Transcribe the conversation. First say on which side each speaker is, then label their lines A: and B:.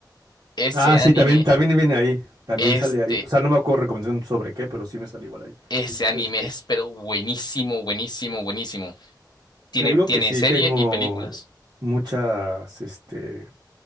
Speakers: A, on the left (about 70°); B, on the right (about 75°).
A: Ese
B: Ah,
A: anime,
B: sí, también, también viene ahí. También
A: este,
B: sale ahí. O sea, no me acuerdo recomendación sobre qué, pero sí me sale igual ahí.
A: ese
B: Este,
A: anime
B: es que-
A: es pero buenísimo, buenísimo, buenísimo. Tiene,
B: Te digo
A: tiene
B: que sí,
A: serie
B: tengo
A: y películas.
B: muchas, este,